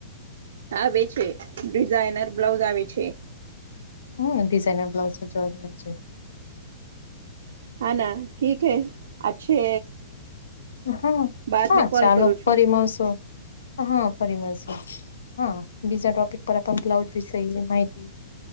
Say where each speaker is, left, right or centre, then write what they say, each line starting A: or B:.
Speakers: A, on the right; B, on the left.
A: આવે છે, ડિઝાઇનર બ્લાઉઝ આવે છે.
B: હ ડિઝનર બ્લાઉઝ ચવા મચ <unintelligible>
A: હા ના ઠીક હે અચ્છે.
B: હા
A: બાદ
B: હા
A: મે કોલ
B: ચાલો
A: કરું છું
B: ફરી મળશુ, હા ફરી મળશુ. હા બીજા ટોપિક પર બ્લાઉઝ વિષય માહિતી.